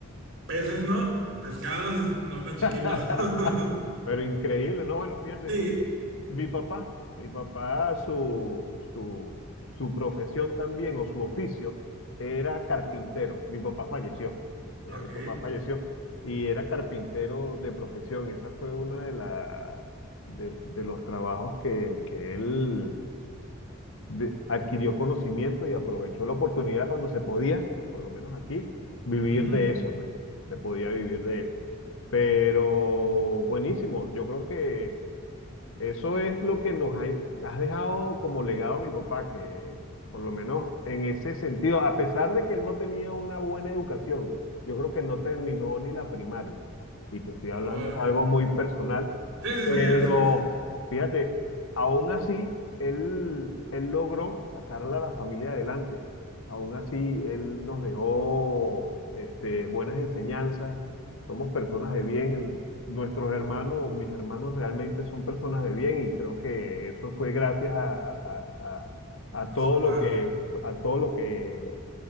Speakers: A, on the right; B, on the left.
A: peces no, pescados no tan chiquitos.
B: <laughs>
A: <laughs>
B: Pero increíble, ¿no? Bueno, fíjate
A: Sí,
B: tú, mi papá, mi papá, su, su, su profesión también o su oficio era carpintero. Mi papá falleció, ya
A: ok.
B: mi papá falleció y era carpintero de profesión. Esa fue una de, la, de, de los trabajos que, que él de- adquirió conocimiento y aprovechó la oportunidad cuando se podía, por lo menos aquí, vivir
A: ujú,
B: de eso, pues, se podía vivir de eso. Pero buenísimo, yo creo que eso es lo que nos ha, has dejado como legado mi papá, que por lo menos en ese sentido, a pesar de que él no tenía una buena educación, yo creo que no terminó ni la primaria. Y te estoy hablando
A: Órale.
B: de algo muy personal,
A: Sí, sí,
B: pero
A: sí, ese es
B: fíjate, aún así, él, él logró sacarle a la familia adelante. Aún así, él nos dejó este, buenas enseñanzas. Somos personas de bien. en- Nuestros hermanos, mis hermanos realmente son personas de bien y creo que eso fue gracias a, a- a- a
A: a
B: todo
A: su padre.
B: lo que, a todo lo que